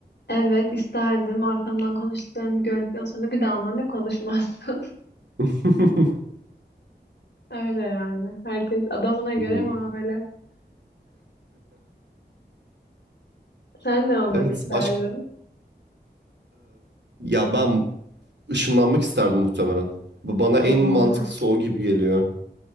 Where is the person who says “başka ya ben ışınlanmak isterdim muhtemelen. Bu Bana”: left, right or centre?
Right